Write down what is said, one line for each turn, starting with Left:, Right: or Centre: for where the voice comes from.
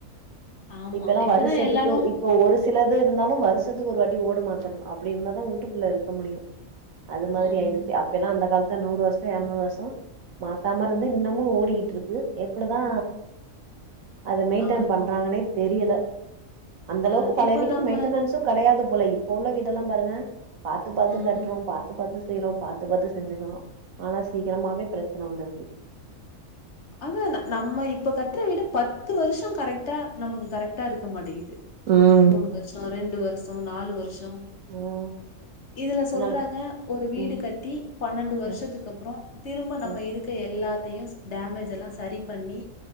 Left: ஆமா.
Right: இப்பல்லாம்
Left: இப்பதான்
Right: வருசத்துக்கு
Left: எல்லாரும்
Right: இப்போ ஒரு சிலது இருந்தாலும் வருஷத்துக்கு ஒரு வாட்டி ஓடு மாத்தணும் அப்படி இருந்தாதா ஊட்டுக்குள்ள இருக்க முடியும் அது மாதிரியிடுச்சுப்ப
Left: ம், ம்.
Right: எல்லாம் அந்த காலத்து நூறு வருஷம் இருநூறு வருஷம் மாத்தா இருந்து இன்னமும் ஓடிக்கிட்டு இருக்கு எப்படிதா அது மெயின்டென்
Left: ஆமா.
Right: பண்றாங்கன்னே தெரியல அந்த அளவுக்கு
Left: அ
Right: பழைய
Left: இப்ப
Right: வீட்டுக்கு
Left: நம்ம
Right: மெயின்டனன்ஸ்ம் கிடையாது போல இப்ப உள்ள வீடெல்லாம் பாருங்க பார்த்து பார்த்து
Left: ம்.
Right: கற்றோம் பார்த்து பார்த்து செய்கிறோம் பாத்து பார்த்து செஞ்சுக்கிறோம் ஆனா ச சிக்கிரமாவே பிரச்சனை வந்துடுது
Left: அதான் நம்ம இப்ப கத்துற வீட பத்து வருஷம் கரெக்டா நமக்கு கரெக்டா இருக்க மாட்டேங்குது
Right: ம்
Left: மூணு வருஷோ ரெண்டு வருஷம் நாலு வருஷ ம்
Right: ம்
Left: இதுல சொல்றாங்க
Right: நாங்க
Left: ஒரு வீடு
Right: ம்
Left: கட்டி பன்னெண்டு வருஷத்துக்கு
Right: ம்
Left: அப்புறம் திரும்ப நம்ம
Right: ம்
Left: இருக்க எல்லா த்தையும் டேமேஜ் எல்லாம் சரி பண்ணி